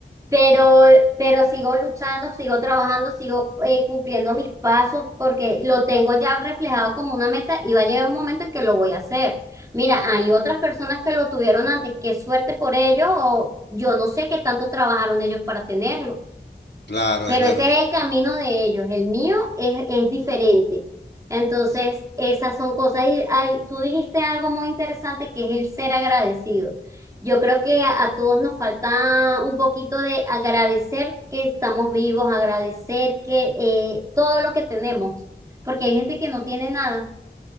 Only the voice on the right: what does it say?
Pero, pero sigo luchando, sigo trabajando, sigo eh, cumpliendo mis pasos porque lo tengo ya reflejado como una meta y va a llegar un momento en que lo voy a hacer. Mira, hay otras personas que lo tuvieron antes, qué suerte por ellos o yo no sé qué tanto trabajaron ellos para tenerlo.
Pero
ese es el camino de ellos, el mío es, es diferente. Entonces, esas son cosas. Y ay, tú dijiste algo muy interesante que es el ser agradecido. Yo creo que a, a todos nos falta un poquito de agradecer que estamos vivos, agradecer que eh, todo lo que tenemos, porque hay gente que no tiene nada.